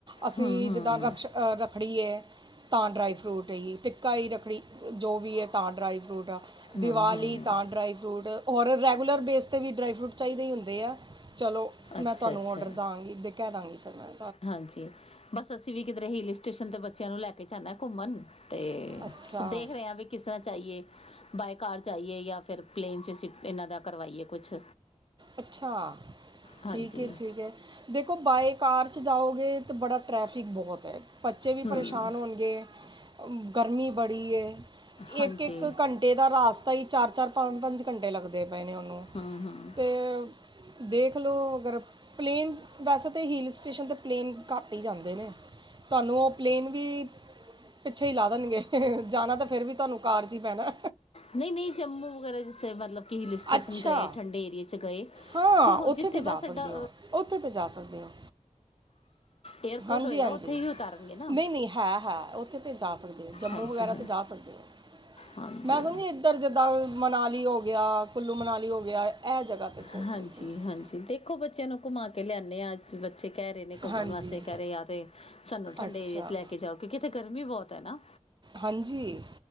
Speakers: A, on the right; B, on the left.
A: ਅਸੀਂ
B: ਹੂੰ ਹੂੰ
A: ਜਿੱਦਾਂ ਰੱਖਸ਼ ਰੱਖੜੀ ਐ। ਤਾਂ ਡਰਾਈ ਫਰੂਟ ਰਾਈ, ਟਿੱਕਾ ਹੀ ਰੱਖੜੀ ਜੋ ਵੀ ਐ, ਤਾਂ ਡਰਾਈ ਫਰੂਟ ਆ।
B: ਹੂੰ
A: ਦੀਵਾਲੀ
B: ਹੂੰ
A: ਤਾਂ ਡਰਾਈ ਫਰੂਟ, ਔਰ ਰੈਗੁਲਰ ਫੂਲਰ ਬੇਸ ਤੇ ਵੀ ਡਰਾਈ ਫਰੂਟ ਚਾਹੀਦੇ ਹੀ ਹੁੰਦੇ ਆ, ਚਲੋ
B: ਅੱਛਾ
A: ਮੈਂ ਤੁਹਾਨੂੰ
B: ਅੱਛਾ
A: ਔਡਰ ਦਾਂਗੀ ਤੇ ਕਹਿ ਦਾਂਗੀ। <unintelligible>
B: ਹਾਂਜੀ, ਬਸ ਅਸੀਂ ਵੀ ਕਿਧਰੇ ਹਿਲ ਸਟੇਸ਼ਨ ਤੇ ਬੱਚਿਆਂ ਨੂੰ ਲੈ ਕੇ ਜਾਣਾ ਘੁੰਮਣ। ਤੇ
A: ਅੱਛਾ
B: ਦੇਖ ਰਹੇ ਹਾ ਵੀ ਕਿਸ ਤਰ੍ਹਾਂ ਚਾਈਏ ਬਾਏ ਕਾਰ ਚਾਏ, ਜਾਂ ਫਿਰ ਪਲੇਨ 'ਚ ਸੀ ਇਹਨਾਂ ਦਾ ਕਰਵਾਈਏ ਕੁਛ।
A: ਅੱਛਾ
B: ਹਾਂਜੀ
A: ਠੀਕ ਐ ਠੀਕ ਐ, ਦੇਖੋ ਬਾਏ ਕਾਰ ਚ ਜਾਓ ਗੇ ਤਾ ਬੜਾ ਟ੍ਰੈਫਿਕ ਬਹੁਤ ਐ। ਬੱਚੇ ਵੀ
B: ਹੂੰ
A: ਪਰੇਸ਼ਾਨ ਹੋਣਗੇ। ਗਰਮੀ ਬੜੀ ਐ
B: ਹਾਂਜੀ
A: ਇੱਕ ਇੱਕ ਘੰਟੇ ਦਾ ਰਸਤਾ ਹੀ ਚਾਰ ਚਾਰ ਪੰਜ ਘੰਟੇ ਇਹ ਲੱਗਦੇ ਪਏ ਨੇ
B: ਹੂੰ ਹੂੰ
A: ਤੇ ਅ ਦੇਖਲੋ ਅਗਰ ਪਲੇਨ, ਵੈਸੇ ਤਾਂ ਹਿੱਲ ਸਟੇਸ਼ਨ ਤੇ ਪਲੇਨ ਘੱਟ ਹੀ ਜਾਂਦੇ ਨੇ, ਤੁਹਾਨੂੰ ਉਹ ਪਲੇਨ ਵੀ ਪਿੱਛੇ ਹੀ ਲਾ ਦੇਣਗੇ, ਜਾਣਾ ਤਾਂ ਫੇਰ ਵੀ ਤੁਹਾਨੂੰ ਕਾਰ ਚ ਹੀ ਪੈਣਾ।
B: ਨਹੀਂ ਨਹੀਂ, ਜੰਮੂ ਵਗੈਰਾ ਜਿੱਥੇ ਮਤਲਬ ਕਿ ਹਿੱਲ ਸਟੇਸ਼ਨ
A: ਅੱਛਾ
B: ਗਏ, ਠੰਡੇ ਇਲਾਕੇ'ਚ ਗਏ।
A: ਹਾਂ
B: ਹੋ
A: ਉੱਥੇ
B: ਜਿੱਥੇ
A: ਤੇ ਜਾ
B: ਬਸ ਸਾਡਾ
A: ਸਕਦੇ ਹੋ, ਉੱਥੇ ਤੇ ਜਾ ਸਕਦੇ ਹੋ
B: ਏਅਰਪੋਰਟ
A: ਹਾਂਜੀ
B: ਹੋਏਗਾ
A: ਹਾਂਜੀ
B: ਉੱਥੇ ਹੀ ਉਤਾਰਨਗੇ ਨਾ
A: ਨਹੀਂ ਨਹੀਂ ਹੈ ਹੈ, ਉੱਥੇ ਤੇ ਜਾ ਸਕਦੇ ਹੋ ਜੰਮੂ
B: ਹਾਂਜੀ
A: ਵਗੈਰਾ
B: ਹਾਂਜੀ
A: ਤੇ ਜਾ ਸਕਦੇ ਹੋ।
B: ਹਾਂਜੀ
A: ਮੈਂ ਸਮਝੀ ਮਿਲੀ ਇੱਧਰ ਜਿੱਦਾਂ ਮਨਾਲੀ ਹੋ ਗਿਆ, ਕੁੱਲੂ ਮਨਾਲੀ ਹੋ ਗਿਆ, ਇਹ ਜਗ੍ਹਾ। ਤੇ ਸੋਚ
B: ਹਾਂਜੀ
A: ਰਹੀ ਸੀ
B: ਹਾਂਜੀ, ਦੇਖੋ ਬੱਚਿਆਂ ਨੂੰ ਘੁਮਾ ਕੇ ਲਿਆਨੇ ਆ, ਅੱਜ ਬੱਚੇ ਕਹਿ ਰਹੇ ਨੇ ਘੁੰਮਣ
A: ਹਾਂਜੀ
B: ਵਾਸਤੇ ਕਹਿ ਰਹੇ ਆ ਜਾਂ ਤੇ ਸਾਨੂੰ ਠੰਡੇ
A: ਅੱਛਾ
B: ਇਲਾਕੇ ਚ ਲੈ ਕੇ ਜਾਓ, ਕਿਉਂਕਿ ਇੱਥੇ ਗਰਮੀ ਬਹੁਤ। ਤਾਂ ਨਾ।
A: ਹਾਂਜੀ